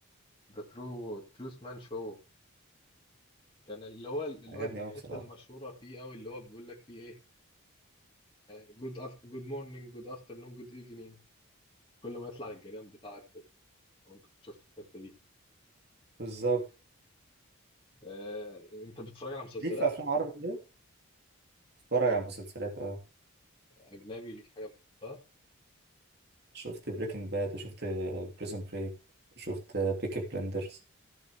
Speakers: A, on the left; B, on the right.
A: ذا ترو تروس مان شو كان اللي هو اللي
B: عجبني
A: هو الحته
B: أوي بصراحة
A: المشهوره فيه قوي اللي هو بيقول لك فيه ايه جود أفت جود مورنينج جود افترنون جود ايفنينج كل ما يطلع الجيران بتاعته لو انت كنت شفت الحته دي
B: بالظبط
A: آه، انت بتتفرج على مسلسلات
B: ليك في أفلام عربي كده اتفرج على مسلسلات أه
A: اجنبي ليك حاجه بتحبها
B: شفت بريكنج باد وشفت بريزون بريك وشفت بيكي بلندرز